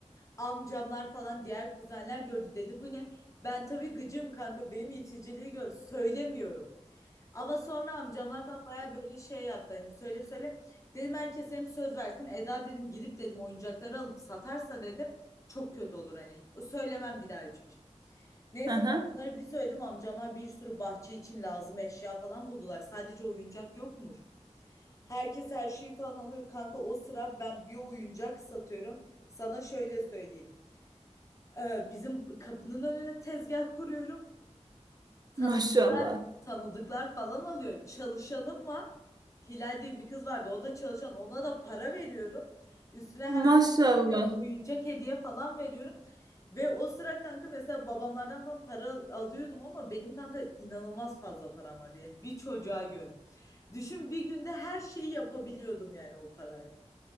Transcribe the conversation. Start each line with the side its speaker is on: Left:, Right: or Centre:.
Left: amcamlar falan diğer kuzenler gördü dedi bu ne? Ben tabii gıcığım kanka benim iticiliği gör söylemiyorum. Ama sonra amcamlar falan baya böyle şey yaptı hani söyle söyle. Dedim herkes hem söz versin Eda dedim gidip dedim oyuncakları alıp satarsa dedim çok kötü olur hani. O söylemem bir daha hiçbir şey. Neyse
Right: Aha.
Left: ben bunları bir söyledim amcamlar bir sürü bahçe için lazım eşya falan buldular. Sadece oyuncak yokmuş. Herkes her şeyi falan alıyor. Kanka o sıra ben bir oyuncak satıyorum. Sana şöyle söyleyeyim. Ee, bizim kapının önüne tezgah kuruyorum. Tanıdıklar,
Right: Maşallah.
Left: tanıdıklar falan alıyor. Çalışanım var. Hilal diye bir kız vardı. O da çalışan. Ona da para veriyorum. Üstüne her
Right: Maşallah.
Left: hafta böyle oyuncak hediye falan veriyorum. Ve o sıra kanka mesela babamlardan falan para al- alıyordum ama benim kanka inanılmaz fazla param vardı. Yani bir çocuğa göre. Düşün bir günde her şeyi yapabiliyordum yani o parayla.